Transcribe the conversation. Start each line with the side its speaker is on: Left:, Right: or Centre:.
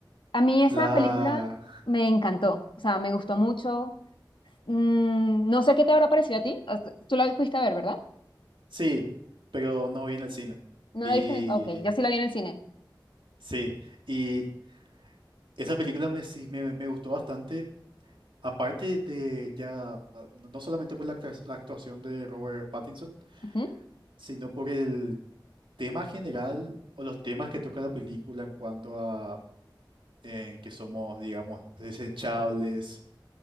Left: A mí esa
Right: La...
Left: película me encantó, o sea, me gustó mucho. Mm, no sé qué te habrá parecido a ti. O sea, Tú la fuiste a ver, ¿verdad?
Right: Sí, pero no vi en el cine.
Left: ¿No
Right: Vi...
Left: la viste en el... Ok, yo sí la vi en el cine.
Right: Sí, y esa película me, sí, me, me gustó bastante, aparte de ya, no no solamente por la, actua- la actuación de Robert Pattinson,
Left: Ujú.
Right: sino por el tema general o los temas que toca la película en cuanto a en que somos, digamos, desechables,